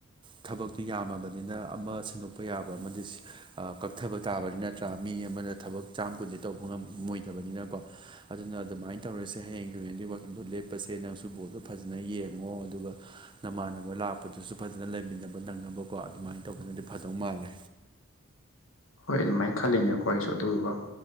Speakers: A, on the right; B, on the left.
A: ꯊꯕꯛꯇꯨ ꯌꯥꯝꯃꯕꯅꯤꯅ ꯑꯃ ꯁꯤꯟꯗꯣꯛ ꯀꯛꯄ ꯌꯥꯕ ꯑꯃꯗꯤ ꯀꯛꯊꯕ ꯇꯥꯕꯅꯤ ꯅꯠꯇ꯭ꯔꯥ ꯃꯤ ꯑꯃꯅ ꯊꯕꯛ ꯆꯥꯝ ꯀꯨꯟꯗꯤ ꯇꯧꯕ ꯉꯝ ꯃꯣꯏ ꯆꯕꯅꯤꯅꯀꯣ ꯑꯗꯨꯅ ꯑꯗꯨꯃꯥꯏꯅ ꯇꯧꯔꯁꯦ ꯍꯌꯦꯡꯒꯤ ꯑꯣꯏꯅꯗꯤ ꯋꯥꯛꯀꯤꯡꯗꯣ ꯂꯦꯞꯄꯁꯦ ꯅꯪꯁꯨ ꯕꯣꯜꯗꯣ ꯐꯖꯅ ꯌꯦꯡꯉꯣ ꯑꯗꯨꯒ ꯅꯃꯥꯟꯅꯕ ꯂꯥꯛꯄꯗꯨꯁꯨ ꯐꯖꯅ ꯂꯩꯃꯤꯟꯅꯕ ꯅꯪꯅꯕꯀꯣ ꯑꯗꯨꯃꯥꯏꯅ ꯇꯧꯕꯅꯗꯤ ꯐꯗꯧ ꯃꯥꯜꯂꯦ
B: ꯍꯣꯏ ꯑꯗꯨꯃꯥꯏꯅ ꯈꯜꯂꯤꯅꯦꯀꯣ ꯑꯩꯁꯨ ꯑꯗꯨꯗꯨꯒ